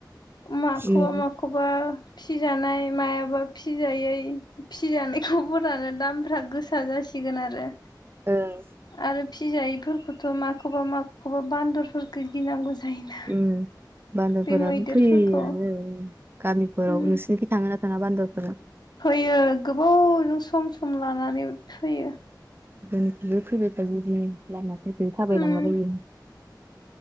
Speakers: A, on the right; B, on the left.
A: ओं
B: माखौबा माखौबा फिजानाय मायाबा फिजायै फिजानायखौ बरानो दामफ्रा गोसा जासिगोन थिगोन आरो
A: ओं।
B: आरो फिजायैफोरखौथ' माखौबा माखौबा बान्दरफोरखौ गिनांगौ जायोना
A: उम बान्द'रफोराबो
B: बे मैदेरफोरखौ
A: फैयै आनो गामिफोराव
B: उम
A: नोंसोर निखि थाङो ना थाङा बान्द'रफोर?
B: फैयो गोबावजों सम सम लानानै फैयो
A: बनिफ्रायबो फैबाय थायोबियो लामाफोरखौ थाबायलांलाबायो
B: ओं